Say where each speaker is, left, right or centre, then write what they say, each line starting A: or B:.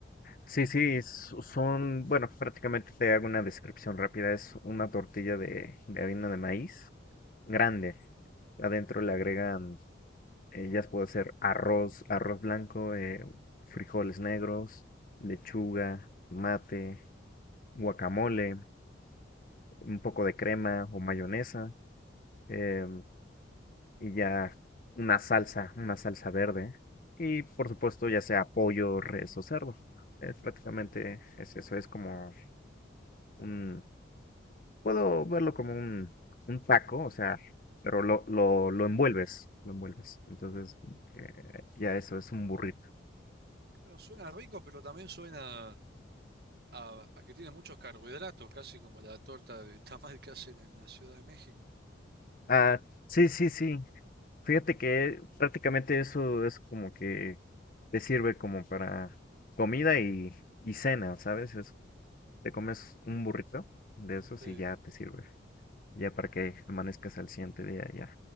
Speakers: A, on the left (about 45°); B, on the right (about 55°).
A: Sí, sí, s- son, bueno, prácticamente te hago una descripción rápida. Es una tortilla de, de harina de maíz grande. Adentro le agregan, eh, ya puede ser arroz, arroz blanco, eh, frijoles negros, lechuga, mate, guacamole, un poco de crema o mayonesa, em, y ya una salsa, una salsa verde. Y por supuesto, ya sea pollo, res o cerdo. Eh, prácticamente es eso, es como un puedo verlo como un, un taco, o sea, pero lo, lo, lo envuelves, lo envuelves. Entonces, eh, ya eso es un burrito.
B: Bueno, suena rico, pero también suena... a, a que tiene muchos carbohidratos, casi como la torta de tamal que hacen en la Ciudad de México.
A: Ah, sí, sí, sí. Fíjate que prácticamente eso es como que te sirve como para comida y, y cena, ¿sabes? Es, te comes un burrito de esos
B: Sí.
A: y ya te sirve. Ya para que amanezcas al siguiente día, ya